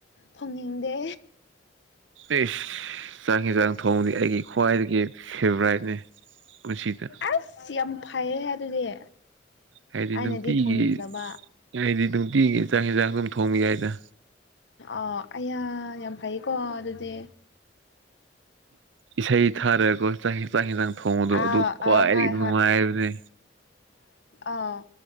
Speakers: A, on the left; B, on the right.
A: ꯊꯣꯡꯅꯤꯡꯗꯦ
B: ꯑꯦ ꯆꯥꯡ ꯍꯦ ꯆꯥꯡ ꯊꯣꯡꯅꯤ ꯑꯩꯒꯤ ꯈ꯭ꯋꯥꯏꯗꯒꯤ ꯐꯦꯚꯣꯔꯥꯏꯠꯅꯤ ꯄꯨꯟꯁꯤꯗ
A: ꯑꯁ ꯌꯥꯝ ꯐꯩꯌꯦ ꯑꯗꯨꯗꯤ
B: ꯍꯥꯏꯗꯤ
A: ꯑꯩꯅꯗꯤ
B: ꯅꯨꯡꯇꯤꯒꯤ
A: ꯊꯣꯡꯅꯤꯡꯗꯕ
B: ꯍꯥꯏꯗꯤ ꯅꯨꯡꯇꯤꯒꯤ ꯏꯟꯁꯥꯛ ꯌꯦꯟꯁꯥꯡ ꯑꯗꯨꯝ ꯊꯣꯡꯕ ꯌꯥꯏꯗ
A: ꯑꯥ ꯑꯩꯌꯥ ꯌꯥꯝ ꯐꯩꯀꯣ ꯑꯗꯨꯗꯤ
B: ꯏꯁꯩ ꯊꯥꯔ ꯆꯅ ꯍꯛꯆꯥꯡ ꯍꯟꯁꯥꯡ ꯊꯣꯡꯕꯗꯣ
A: ꯑꯥ
B: ꯑꯗꯨ ꯈ꯭ꯋꯥꯏꯗꯒꯤ
A: ꯑꯥ ꯍꯣꯏ
B: ꯅꯨꯡꯉꯥꯏꯕꯅꯤ
A: ꯑꯥꯎ